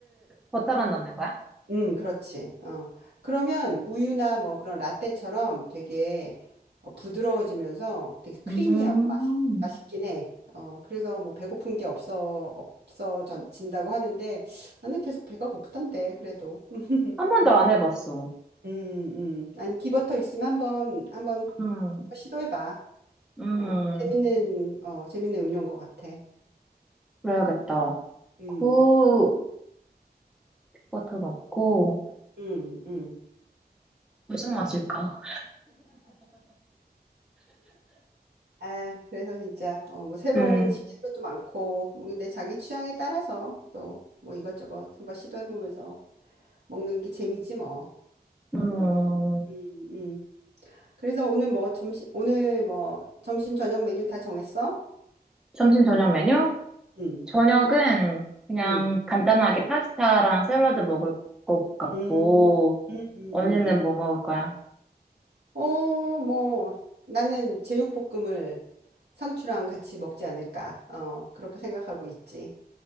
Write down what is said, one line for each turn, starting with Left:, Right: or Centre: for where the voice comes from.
Centre: 버터만 넣는 거야?
Right: 음, 그렇지. 어. 그러면 우유나 뭐 그런 라떼처럼 되게 어, 부드러워지면서 되게 크리미하고
Centre: 음,
Right: 맛있, 맛있긴 해. 어, 그래서 뭐 배고픈 게 없어, 없어진다고 하는데 나는 계속 배가 고프던데, 그래도. <laughs>
Centre: 한 번도 안 해봤어.
Right: 음, 음. 아니, 기버터 있으면 한번, 한번
Centre: 음.
Right: 시도해봐.
Centre: 음,
Right: 어, 재밌는, 어, 재밌는 음료인 것 같아.
Centre: 그래야겠다.
Right: 음,
Centre: 그 버터 넣고
Right: 음, 음.
Centre: 무슨 맛일까?
Right: 아, 그래서 진짜 어, 뭐 새로운
Centre: 음,
Right: 식재료도 많고 뭐 근데 자기 취향에 따라서 또 뭐 이것저것 한번 시도해보면서 먹는 게 재미지 뭐.
Centre: 음,
Right: 음, 음, 음. 그래서 오늘 뭐 점심 오늘 뭐 점심 저녁 메뉴 다 정했어?
Centre: 점심 저녁 메뉴?
Right: 음,
Centre: 저녁은 그냥
Right: 음,
Centre: 간단하게 파스타랑 샐러드 먹을 것 같고,
Right: 음, 음, 음,
Centre: 언니는
Right: 음.
Centre: 뭐
Right: 음.
Centre: 먹을 거야?
Right: 어, 뭐 나는 제육볶음을 상추랑 같이 먹지 않을까. 어, 그렇게 생각하고 있지.